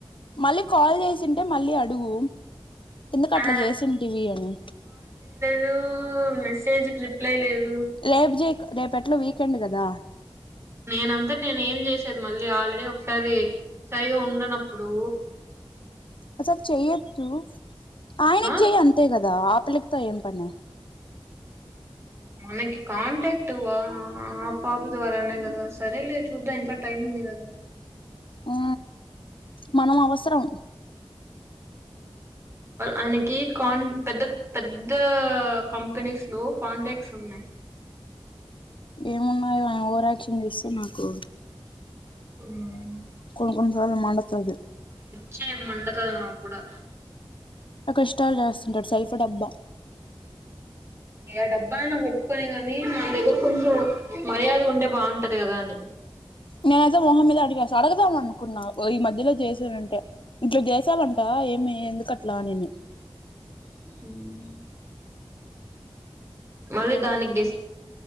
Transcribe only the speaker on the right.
ఆ
Room mace. మెసేజ్కి రిప్లై లేదు.
నేనంతాట నేను ఏం చేసేది మళ్ళీ ఆల్రెడీ ఒకసారి సరిగా ఉండనప్పుడు
ఆ
మనకి కాంటాక్ట్ ఆ పాప ద్వారానే కదా సరే లే చూద్దాం ఇంకా టైమ్ ఉంది కదా
ఆయనకి కాన్ పెద్ద పెద్ద కంపెనీస్ లో కాంటాక్ట్స్ ఉన్నాయ్
హ్మ్
చ్చే మండతాది నాకు కూడా
ఏ డబ్బా అయినా కట్టుకొని గానీ మన దగ్గర కొంచెం మర్యాదగ ఉంటే బాగుంటది కదా అని
మ్ మళ్ళీ దానికి డి